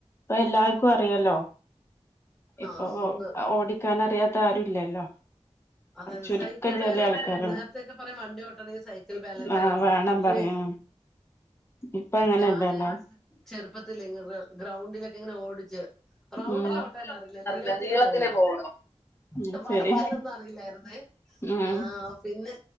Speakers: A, on the left; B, in the centre.
A: ഇപ്പൊ എല്ലാർക്കു അറിയാലോ
B: ആ
A: ഇപ്പൊ
B: സുന്ദർ
A: ഓടിക്കാൻ അറിയാത്ത ആരുല്ലല്ലോ
B: അതെ അതെ
A: ചുരുക്കം
B: സൈക്കിൾ
A: ചെല
B: ബാലൻസ്
A: ആൾക്കാര
B: നേരത്തെയൊക്കെ പറയും വണ്ടി ഓട്ടണമെങ്കിൽ സൈക്കിൾ ബാലൻസ്
A: ആഹ്
B: വേണംന്ന്
A: വേണം
B: പക്ഷെ
A: പറയാ ഇപ്പ അങ്ങനെ
B: ഞാൻ
A: അല്ലല്ലോ
B: ചെറുപ്പത്തില് ഇങ്ങന ഗ്രൗണ്ടിലൊക്കെ ഇങ്ങന ഓടിച്ച് റൗണ്ടിലോട്ടാൻ
A: ഉം
B: അറില്ല
A: അറിയില്ല
B: നീളത്തിലേ പോവുള്ളു
A: പോവുള്ളൂ ഉം
B: വളക്കാനൊന്നും
A: ശരി
B: അ അറിയില്ലായിരുന്നേ
A: ഉം
B: ആ പിന്നെ